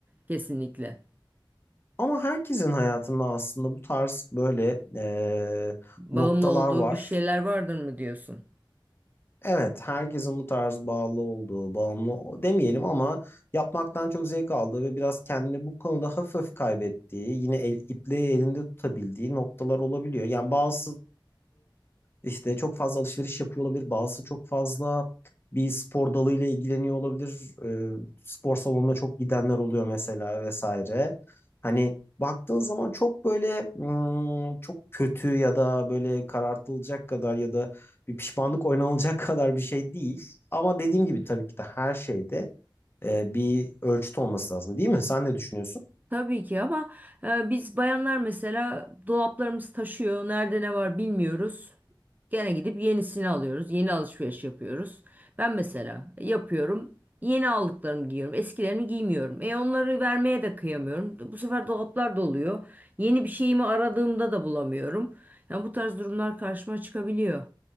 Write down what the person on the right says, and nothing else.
Kesinlikle.
Bağımlı
olduğu
bir şeyler vardır mı diyorsun?
Tabii ki ama e, biz bayanlar mesela dolaplarımız taşıyor. Nerede ne var bilmiyoruz. Gene gidip yenisini alıyoruz. Yeni alışveriş yapıyoruz. Ben mesela yapıyorum. Yeni aldıklarımı giyiyorum. Eskilerimi giymiyorum. E onları vermeye de kıyamıyorum. Bu sefer dolaplar doluyor. Yeni bir şeyimi aradığımda da bulamıyorum. Yani bu tarz durumlar karşıma çıkabiliyor.